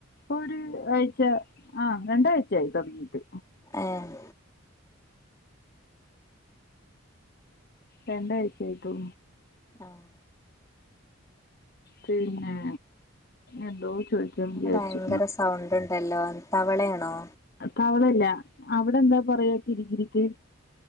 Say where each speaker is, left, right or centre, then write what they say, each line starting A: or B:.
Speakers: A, on the left (about 45°); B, on the left (about 15°).
A: ഒരു ആഴ്ച ആഹ് രണ്ടാഴ്ചയായി തൊടങ്ങീട്ട്
B: ഏഹ്
A: രണ്ടാഴ്ച്ചായിട്ടോ
B: ആഹ്
A: പിന്നെ എന്തോ ചോദിക്കാൻ
B: അ
A: വിചാരിച്ചു
B: ഭയങ്കര സൗണ്ട് ഉണ്ടല്ലോ തവളയാണോ
A: തവളയല്ല അവിടെ എന്താ പറയാ കിരികിരിക്ക്